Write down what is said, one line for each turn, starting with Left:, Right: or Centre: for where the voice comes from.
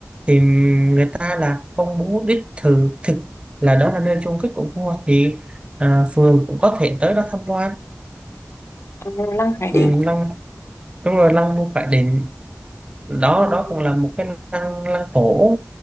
Right: thì người ta là không muốn đích thực thực là đó là nơi chôn cất của vua thì à, phường cũng có thể tới đó tham quan
Left: Ờ, lăng Khải
Right: ừ,
Left: Định.
Right: lăng đúng rồi lăng vua Khải Định đó
Left: Ừ.
Right: đó cũng là một cái lăng lăng cổ